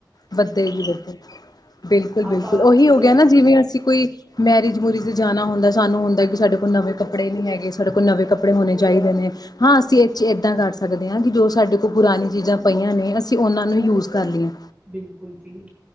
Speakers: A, on the left (about 55°); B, on the right (about 20°).
A: ਵੱਧੇ ਜੀ ਵੱਧੇ ਬਿਲਕੁਲ
B: ਆਪਾਂ
A: -ਬਿਲਕੁਲ ਉਹੀ
B: ਇਹ
A: ਹੈ ਗਾ ਨਾ ਜਿਵੇਂ ਅਸੀਂ ਕੋਈ ਮੈਰਿਜ ਮੂਰੀਜ ਤੇ ਜਾਣਾ ਹੁੰਦਾ। ਸਾਨੂੰ ਹੁੰਦਾ ਕਿ ਸਾਡੇ ਕੋਲ ਨਵੇਂ ਕੱਪੜੇ ਨਹੀਂ ਹੈਗੇ। ਸਾਡੇ ਕੋਲ ਨਵੇਂ ਕੱਪੜੇ ਹੋਣੇ ਚਾਹੀਦੇ ਨੇ। ਹਾਂ ਅਸੀਂ ਏਦਾਂ ਕਰ ਸਕਦੇ ਹਾਂ ਜਿਦੋ ਸਾਡੇ ਪੁਰਾਣੀ ਚੀਜ਼ਾਂ ਪਈਆਂ ਨੇ ਅਸੀਂ ਉਹਨਾਂ ਨੂੰ ਯੂਜ਼ ਕਰ ਲੀਏ।
B: ਬਿਲਕੁਲ ਜੀ।